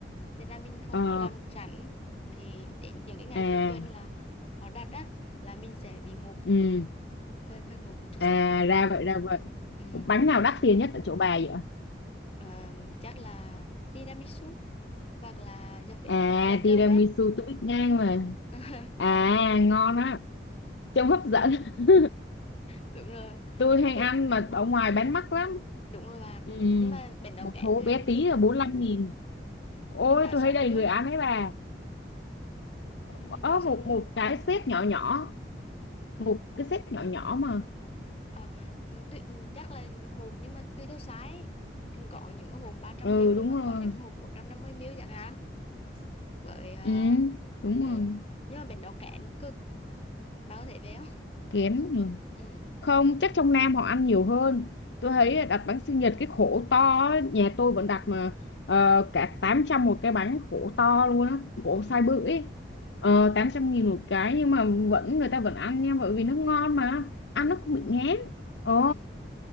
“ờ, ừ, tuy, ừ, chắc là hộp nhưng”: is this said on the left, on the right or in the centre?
Left